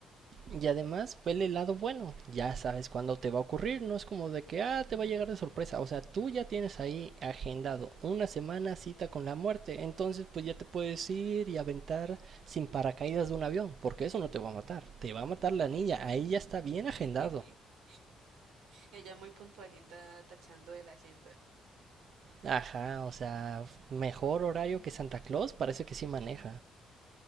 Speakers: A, on the right (about 60°); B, on the right (about 85°).
A: Y además, vele el lado bueno. Ya sabes cuándo te va a ocurrir. No es como de que, ah, te va a llegar de sorpresa. O sea, tú ya tienes ahí agendado una semana cita con la muerte. Entonces, pues ya te puedes ir y aventar sin paracaídas de un avión. Porque eso no te va a matar. Te va a matar la niña. Ahí ya está bien agendado.
B: <laughs> Ella muy puntualita tachando de la agenda.
A: Ajá, o sea, mejor horario que Santa Claus. Parece que sí maneja.